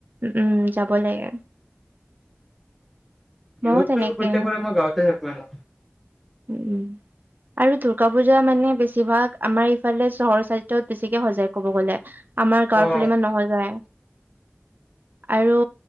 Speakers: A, on the right; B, in the centre.
A: উম, যাব লাগে। ময়ো
B: বিহুতটো
A: তেনেকে
B: প্ৰত্যেক বাৰে মই গাঁৱতে থাকো এনেই।
A: উ, উ, আৰু দুৰ্গা পূজা মানে বেছিভাগ আমাৰ ইফালে চহৰ চাই ত' বেছিকে সজায় ক'ব গ'লে, আমাৰ গাঁৱৰ
B: অ'।
A: ফালে ইমান নসজায়। আৰু